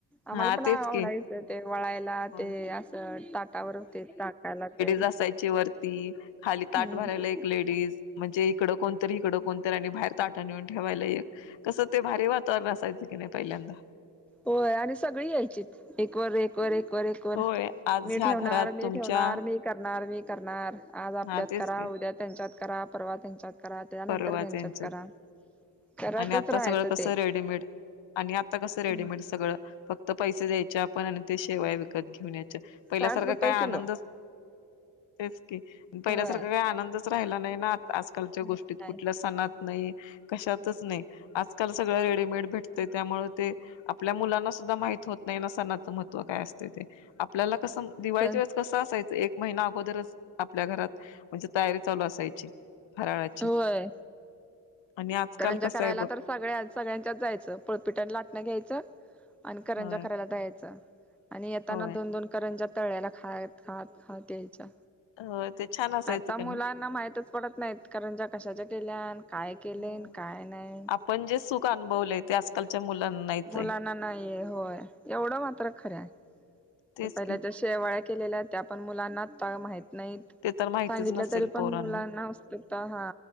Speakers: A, in the centre; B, on the left.
A: आम्हाला
B: हा
A: पण
B: तेच
A: आवडायचं
B: की
A: ते वळायला
B: होय
A: ते असं ताटावर होते टाकायला ते
B: व खाली त
A: हम्म
B: भ लेज म्हणजे इडणत इडण बाहेर ताटा नेऊन ठेवायला एक कसं ते भारी वातावरण असायचं की नाही पहिल्यांदा
A: होय आणि सगळी यायचीत एक वर एक वर एक वर एक वर
B: होय आज
A: मी
B: ह्या
A: ठेवणार
B: घरात
A: मी
B: तुमच्या
A: ठेवणार मी करणार मी करणार आज आपल्यात
B: हा तेच
A: करा
B: की
A: उद्या त्यांच्यात करा परवा त्यांच्यात करा त्यानंतर
B: परवाच
A: त्यांच्यात
B: यांच्यात
A: करा करतच
B: आणि आता
A: राहायचं
B: सगळं कस
A: ते
B: रेडीमेड आणि आता कसं रेडीमेड
A: हम्म
B: सगळं फक्त तर पैसे द्यायचे आपण आणि ते शेवाय विकत घेऊन याच्या पहिल्यासारखा
A: साठ रुपये
B: काय आनंदच
A: किलो
B: ते पहिल्यासारखा
A: होय
B: काही आनंदच राहिला नाही ना आजकालच्या
A: काय
B: गोष्टीत कुठल्या सणत नाही कशात आजकाल सगळ रेडीमेड भेटत त्यामुळे ते आपल्या मुलांना सुधा माहत नाही ह आपल्याला कसं दिवाळीच्या
A: सण
B: वेळेस कसं असायचं एक महिना अगोदरच आपल्या घरात म्हणजे तयारी चालू असायची राची
A: होय
B: आणि आजकाल
A: करंजा
B: कसं
A: करायला
B: आहे बघ
A: तर सगळ्या सगळ्यांच्याच जायचं पुळपीटनी लाटणं घ्यायचं आणि करंजा
B: होय
A: करायला दयच आणि येताना
B: होय
A: दोन दोन करंजा तळ्याला खा खात खात यायच्या
B: होय ते छान असायचं
A: आता
B: का
A: मुलांना
B: नाही
A: माहितच पडत नाहीत कारण ज्या कशाच्या केल्या काय केले
B: होय
A: काय नाही
B: आपण जे सुख अनुभवलंय ते आजकालच्या मुलांना नाहीच
A: मुलांना
B: आहे
A: नाही होय एवढं मात्र खरं आहे
B: तेच
A: पहिल्या
B: की
A: जशेवाळ्या केलेल्या त्या आपण मुलांना माहित नाहीत
B: ते तर माहितीच
A: सांगितलं
B: नसेल
A: तरी पण
B: पोरांना
A: मुलांना असत हा